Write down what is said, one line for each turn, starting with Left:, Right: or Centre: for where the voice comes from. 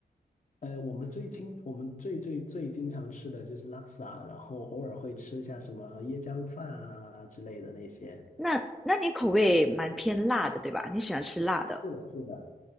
Left: 呃，我们最经我们最最最经常吃的就是拉萨，然后偶尔会吃一下什么椰浆饭啊之类的那些。
Centre: 那那你口味蛮偏辣的，对吧？你喜欢吃辣的
Left: 是的，是的。